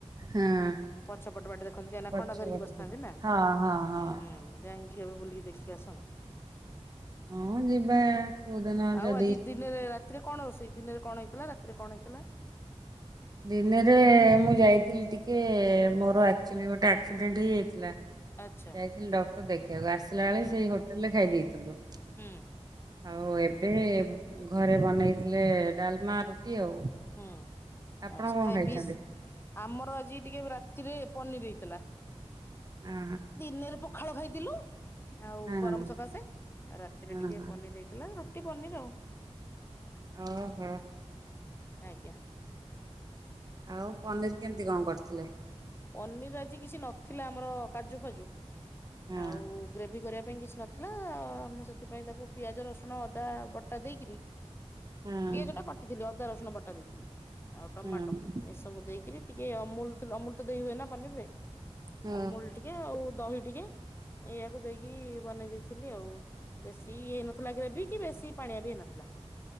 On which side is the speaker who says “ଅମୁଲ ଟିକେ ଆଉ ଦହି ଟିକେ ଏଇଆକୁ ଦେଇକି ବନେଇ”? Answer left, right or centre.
Left